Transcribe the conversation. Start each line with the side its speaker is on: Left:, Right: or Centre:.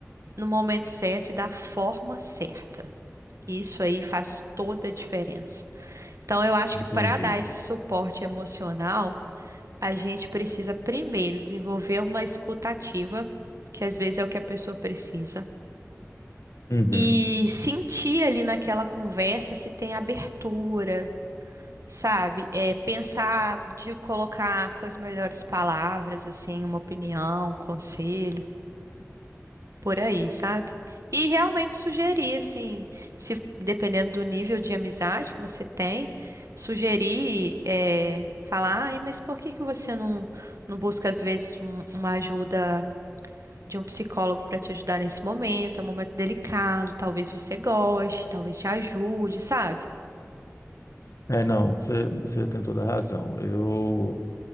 Right: no momento certo e da forma certa. Isso aí faz toda a diferença. Então, eu acho
Left: entendi.
Right: que para dar esse suporte emocional, a gente precisa primeiro desenvolver uma escutativa, que às vezes é o que a pessoa precisa.
Left: Uhum.
Right: e sentir ali naquela conversa se tem abertura, sabe? É, pensar de colocar com as melhores palavras, assim, uma opinião, um conselho, por aí, sabe? E realmente sugerir, assim, se dependendo do nível de amizade que você tem, sugerir, é, falar, ai, mas por que que você não, não busca às vezes um- uma ajuda de um psicólogo para te ajudar nesse momento, é um momento delicado, talvez você goste, talvez te ajude, sabe?
Left: É, não, você você tem toda a razão. Eu